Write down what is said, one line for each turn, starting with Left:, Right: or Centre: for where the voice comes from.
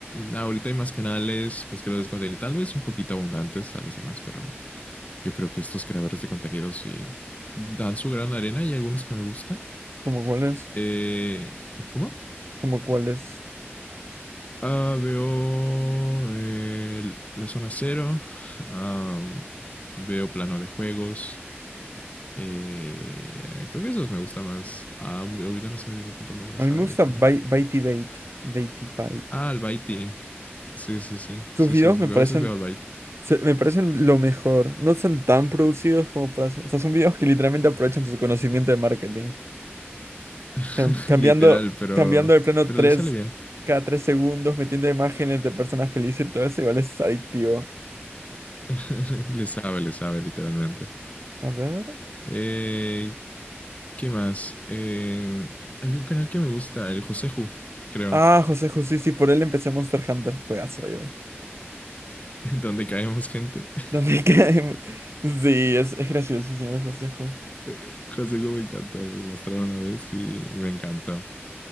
Left: Ahorita hay más canales, pues que lo descontinué. Tal vez un poquito abundantes, tal vez demás, pero yo creo que estos creadores de contenidos sí dan su gran arena y hay algunos que me gustan.
Right: como cuáles,
Left: Eh, ¿Cómo?
Right: como cuáles.
Left: Ah, veo eh, la zona cero. ah, veo plano de juegos. Eh, creo que esos me gusta más. Ah, ahorita no se me viene tanto el nombre,
Right: A
Left: ¿sabes?
Right: mí me gusta
Left: Ahorita.
Right: Bai- Baitybait, Baitybait.
Left: Ah, Albaiti. Sí, sí, sí. sí
Right: Sus videos
Left: su-
Right: me parecen
Left: a veces veo Albaiti.
Right: Se- me parecen lo mejor. No son tan producidos como para hacer- O sea, son videos que literalmente aprovechan su conocimiento de marketing.
Left: <laughs>
Right: Cam- cambiando,
Left: Literal, pero,
Right: cambiando de plano
Left: pero
Right: tres,
Left: le sale bien.
Right: cada tres segundos, metiendo imágenes de personas felices y todo eso, igual es adictivo.
Left: <laughs> Le sabe, le sabe, literalmente.
Right: A ver.
Left: Eh, ¿qué más? Eh, hay un canal que me gusta, el Joseju, creo,
Right: Ah, José José, sí, por él empecé Monster Hunter. Juegazo, hoy, hoy.
Left: <laughs> donde caemos gente.
Right: <laughs>
Left: <laughs>
Right: ¿Dónde caemos? Sí, es, es graciosísimo el Josejo.
Left: Eh, Joseju me encantó, me mostraron una vez y me encantó.